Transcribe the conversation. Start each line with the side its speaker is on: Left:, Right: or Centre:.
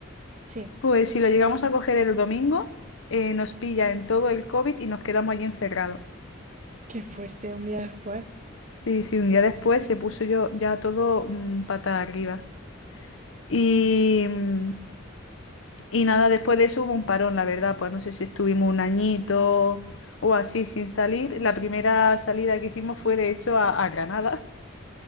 Right: Sí.
Left: Pues si lo llegamos a coger el domingo, eh, nos pilla en todo el COVID y nos quedamos allí encerrados.
Right: Qué fuerte, un día después.
Left: Sí, sí, un día después se puso yo ya todo mm, patas arriba. Y, mm, y nada, después de eso hubo un parón, la verdad, pues no sé si estuvimos un añito o así sin salir. La primera salida que hicimos fue de hecho a a Granada.